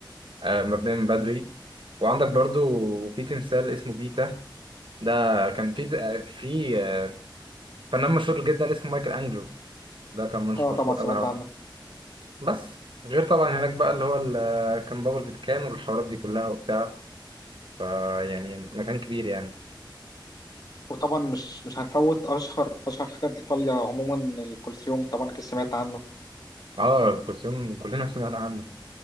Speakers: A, on the right (about 75°); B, on the left (about 50°).
A: آه، مبنية من بدري وعندك برضو في تمثال اسمه بيتا ده كان في آه، في آه، فنان مشهور جدا اسمه مايكل أنجلو ده كان مش
B: اه
A: مشهور
B: طبعا سمعت
A: أوي عنه.
B: عنه
A: بس غير طبعا هناك بقى اللي هو ال- آه، كان بابل فيتكان والحوارات دي كلها وبتاع آه، يعني مكان كبير يعني
B: وطبعا مش مش هنفوت اشهر اشهر حاجه لايطاليا عموما الكولسيوم طبعا اكيد سمعت عنه
A: اه الكوسيون كلنا سمعنا عنه